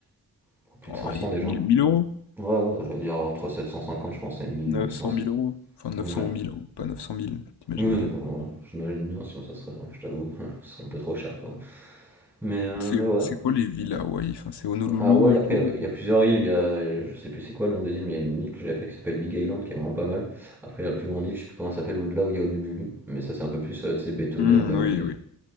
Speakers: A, in the centre; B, on the left.
A: pour plus
B: oh,
A: de 500
B: allez,
A: déjà.
B: mille mille euros?
A: Ouais, ouais, j'allais dire euh, entre 750 je pense, et 1000
B: Neuf
A: 1500.
B: cent mille euros? Enfin, 900
A: Ouais.
B: ou mille hein, pas neuf cent mille. t'imagines
A: Oui,
B: bien.
A: euh, j'imagine bien, sinon ça serait, je t'avoue, <laughs> ce serait un peu trop cher, quoi. Mais, euh,
B: C'est
A: mais ouais.
B: c'est quoi les villes à Hawaï? Enfin, c'est Honolulu
A: Ah ouais, après,
B: et tout.
A: euh, il y a plusieurs îles. Il y a, je sais plus c'est quoi le nom des îles, mais il y a une île que j'ai fait qui s'appelle Big Island qui est vraiment pas mal. Après, la plus grande île, je sais plus comment elle s'appelle, au-delà où il y a Honolulu. Mais ça, c'est un peu plus euh, tu sais, bétonné
B: Hmm,
A: en mode
B: oui,
A: ville.
B: oui.